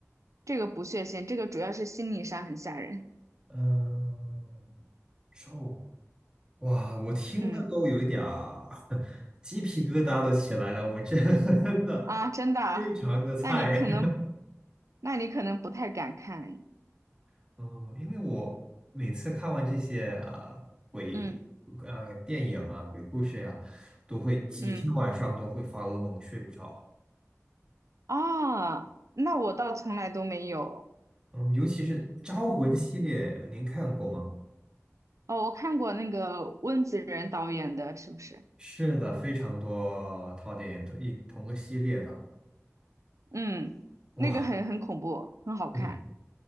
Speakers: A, on the right; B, on the right.
A: 这个不血腥，这个主要是心理上很吓人。
B: 嗯、臭，哇，我听的都有一点儿
A: 嗯
B: <laughs> 鸡皮疙瘩都起来了，我真的
A: 啊，真的啊那你可能，
B: 非常的菜。
A: 那你可能不太敢看。
B: <laughs> 嗯，因为我每次看完这些啊、鬼
A: 嗯
B: 啊、电影啊鬼故事呀、都会几天晚上都会发噩梦，
A: 嗯
B: 睡不着。
A: 啊，那我倒从来都没有。
B: 嗯，尤其是《招魂》系列，您看过吗？
A: 哦，我看过那个温子仁导演的，是不是？
B: 是的，非常多套电影，同一同个系列的，
A: 嗯，
B: 哇，
A: 那个很很恐怖，很好看。
B: 对，